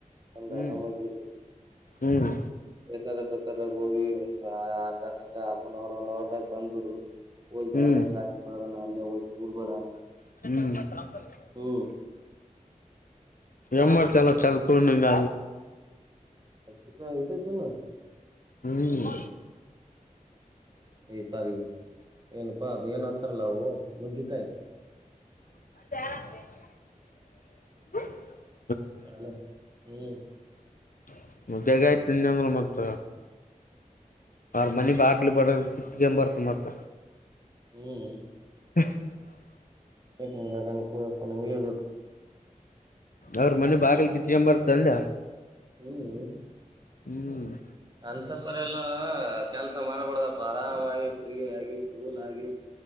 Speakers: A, on the right; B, on the left.
A: ಬಂದ್
B: ಹ್ಮ್
A: ಆರಾಮಗಿರು.
B: ಹ್ಮ್
A: ಬೇಕಾದ ಬೇಕಾದಾಗ ಹೋಗಿ ಒ ಅರ್ಧ ಗಂಟೆ ಆ. ಒನ್ ಅವರ್ ಒನ್ ಅವರ್ದಾಗ ಬಂದ್ಬಿಡು ಹೋಗಿ
B: ಹ್ಮ್
A: ಬೆಳಗಂದ ರಾತ್ರಿ ಬೆಳಗಣ ಅಲ್ಲಿ ಹೋಗಿ ಕೂಡ್ಬೇಡ.
B: ಹ್ಮ್.
A: ಹ್ಮ್
B: ಎಲ್ಲ ಚದುಕೊಂಡ.
A: ಅ ಕ ಇತತ್ತುನು.
B: ಹ್ಮ್.
A: ಈ ಸಾರಿ ಏನಪ್ಪಾ ಅದು ಏನ್ ಅಂತಾರಲ್ಲ ಅವು ನುಗ್ಗಿ. ಕಾಯಿ
B: <unintelligible>
A: ಹಲೋ ಹ್ಮ್.
B: <unintelligible> ಆಯ್ತನ್ನ ಅಂದ್ರ ಮತ್ತ. ಅವರ ಮನಿ ಬಾಗ್ಲ ಬಡ ಕಿತ್ಕ ಬರ್ತ ಮತ್ತ.
A: ಹ್ಮ.
B: <unintelligible>
A: ಹಂಗ ಅದನ ಪಪ್ಪ ನಿಮಗೆ ಗೊತ್ತು
B: ಅವ್ರ ಮನೆ ಬಾಗಲ್ ಕಿತ್ಕೊ ಬರ್ತ ಅಂದ.
A: ಹ್ಮ್.
B: ಹ್ಮ್.
A: ಅಂತಪ್ಪರಿ ಎಲ್ಲ ಕೆಲ್ಸ ಮಾಡ್ಬಾರಡ್ದಪ್ಪ ಆರಾಮಾಗಿ, ಫ್ರೀ ಆಗಿ, ಕೂಲ್ ಆಗಿ.